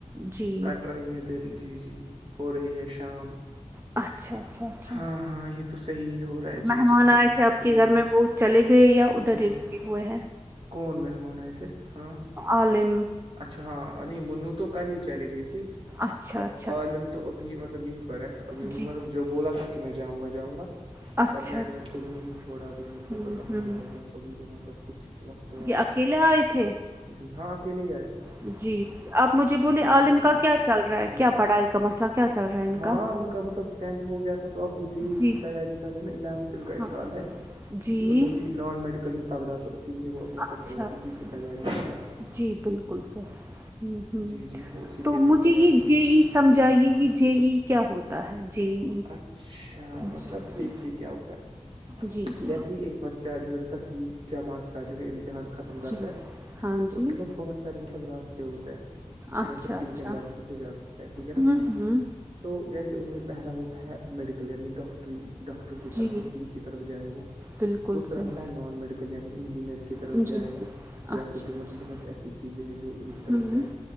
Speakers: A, on the right; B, on the right.
A: جی
B: کٹ رہی ہے دن جی جی ہو رہی ہے شام
A: اچھا اچھا اچھا
B: ہاں ہاں یہ تو صحیح ہو رہا ہے
A: مہمان
B: جی جی صحیح
A: آئے تھے آپ
B: ہ
A: کے گھر میں وہ چلے گئے یا ادھر
B: جی
A: اے ہوئے ہیں
B: کون مہمان آئے تھے ہاں
A: آلے
B: اچھا ہاں نہیں منو تو کل ہی چلی گئی تھی
A: اچھا
B: اب
A: اچھا
B: عالم تو ابھی مطلب یہی پر ہے ابھی ان
A: جی
B: مطلب جو بولا تھا کہ میں جاؤں گا جاؤ گا
A: اچھا
B: پر میں
A: اچھا اچھا
B: نے ان کو بھی نہیں چھوڑا اب میں نے کوا
A: ہوں
B: کہاں
A: ہوں
B: جاؤ گے آپ ابھی تو مطلب کچھ وقت وہ
A: یہ
B: ہے
A: اکیلے آئے تھے
B: جی ہاں اکیلے جئے تھے
A: جی جی آپ مجھے بولیے
B: ہاں
A: عالم
B: ہاں
A: کا کیا چل رہا ہے
B: ہوں
A: کیا پڑھائی کا مسئلہ کیا چل رہا ہے ان
B: ہاں
A: کا
B: کا مطلب ٹینتھ ہو گیا تھا تو اب وہ جے ای
A: جی
B: کی تیاری کر رہے نا اونتھ ان کا
A: ہاں
B: اس سال ہے
A: جی
B: ان نے بھی نان میڈیکل ہی پکڑا تو اسی لیے وہ
A: اچھا
B: مطلب
A: اچھا
B: اسی کی تیاری کر رہا
A: جی بالکل سر ہ ہوں
B: جی جی وہ اسی کی
A: تو
B: ابھی
A: مجھے
B: تیاری
A: یہ
B: میں
A: جے
B: جو ہے
A: ای سمجھائیے
B: ہ
A: کہ جے ای کیا ہوتا ہے جے ای
B: اچھا مطلب
A: جی جی
B: دیکھیے کیا ہوتا ہے
A: جی جی
B: جیسے ہی ایک ب چاہ جو ہے دسویں جماعت کا جو ہے امتحان ختم کرتا
A: جی
B: ہے
A: ہاں
B: تو
A: جی
B: اس کے پاس بہت سارے مطلب راستے ہوتے ہیں کہ
A: اچھا
B: مطلب کن
A: اچھا
B: کن راستوں سے جا سکتا ہے ٹھیک ہے نا
A: ہوں ہوں
B: تو جیسے ان میں پہلا ہوتا ہے میڈیکل یعنی ڈاکٹر ڈاکٹر کی
A: جی
B: طرف حکیم کی طرف جائے وہ
A: بالکل
B: دوسرا
A: صحیح
B: ہوتا ہے نان میڈیکل یعنی انجینئر کی طرف
A: انجینئرنگ
B: جائے یا
A: اچھا
B: پھر جعت
A: اچھا
B: بہت ایسی چیزیں ہیں جو ان کی طرف
A: ہوں
B: جائے